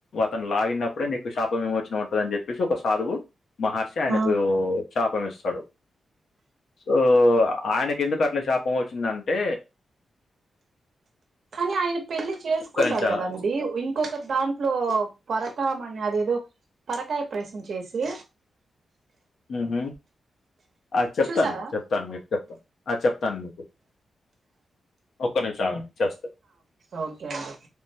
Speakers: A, on the left; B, on the right.
A: అతను లాగినప్పుడే నీకు శాప విమోచనా ఉంటాదని చెప్పేసి ఒక సాధువు మహర్షా ఆయనకు
B: ఆ
A: శాపం ఇస్తాడు సో ఆయనకి ఎందుకు అట్ల శా <unintelligible> వచ్చిందంటే
B: కాని ఆయన పెళ్లి చేసుకుంటాడు
A: ఒక్క నిమిషం
B: కదండి
A: ఆగు.
B: ఇంకొక దాంట్లో పరకమని అదేదో పరకాయ ప్రవేశం చేసి
A: హు హు ఆ చేప్తాను
B: చూసారా
A: చేప్తాను మీకు ఆ చేప్తాను మీకు ఒక్క నిమిషం ఆగండి చేస్త
B: ఓకే అండి